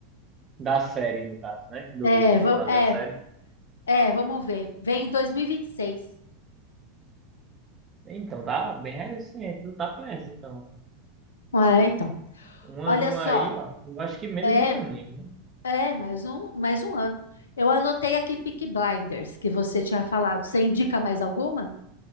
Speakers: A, on the right; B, on the left.
A: Da série, no caso, né? Do,
B: É,
A: de fazer
B: é,
A: a série.
B: É, vamos ver. Vem em 2026.
A: Então, tá bem recente, não tá perto, então.
B: É, então.
A: Um aninho
B: Olha só,
A: aí, ó. Eu acho que menos
B: é,
A: de um aninho, né?
B: é mais um, mais um ano. Eu anotei aqui Peaky Blinders, que você tinha falado. Você indica mais alguma?